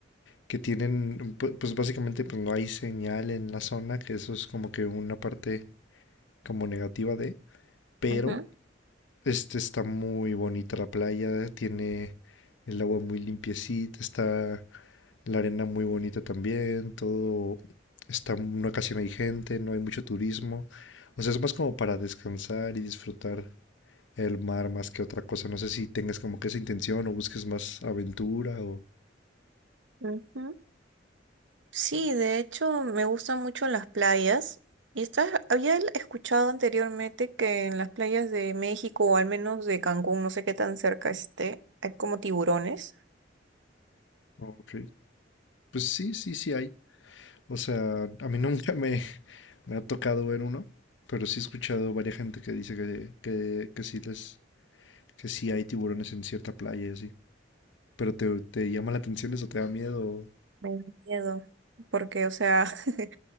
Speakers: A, on the left; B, on the right.
A: que tienen, pu- pues básicamente pues no hay señal en la zona, que eso es como que una parte como negativa de, pero
B: ujú,
A: Este está muy bonita la playa, tiene el agua muy limpiecita, está la arena muy bonita también, todo está, no casi no hay gente, no hay mucho turismo. O sea, es más como para descansar y disfrutar el mar más que otra cosa. No sé si tengas como que esa intención o busques más aventura o...
B: ujú. Sí, de hecho me gustan mucho las playas. Y estás, había l- escuchado anteriormente que en las playas de México, o al menos de Cancún, no sé qué tan cerca esté, hay como tiburones.
A: Ok, pues sí, sí, sí hay. O sea, a mí <laughs> nunca me, me ha tocado ver uno, pero sí he escuchado varias gente que dice que, que, que sí les, que sí hay tiburones en cierta playa y así. Pero te, te llama la atención eso, te da miedo.
B: Me da miedo, porque, o sea, <laughs>